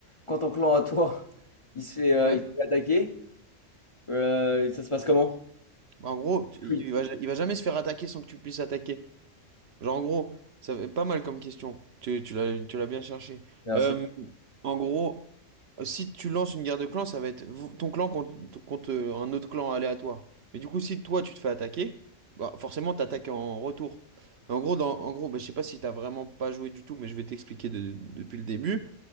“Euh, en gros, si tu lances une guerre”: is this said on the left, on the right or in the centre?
Right